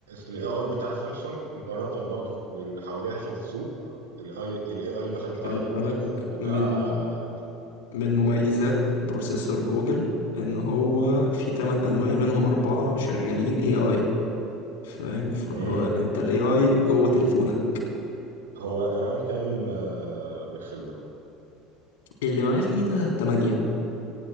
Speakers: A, on the right; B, on the left.
A: الاي اي بتاع سامسونج مقارنه برضه باللي حواليها في السوق الاي الاي اي مثلا بتاع
B: خلي
A: الايفون
B: بالك
A: بتاع
B: من من مميزات بروسيسور جوجل ان هو في 8 انواع منهم اربعة شغالين اي اي فاهم فهو
A: ايه
B: انت الاي اي جوه تليفونك
A: هو رام كام آه، بكسل ده
B: اللي معايا في ايدي ده 8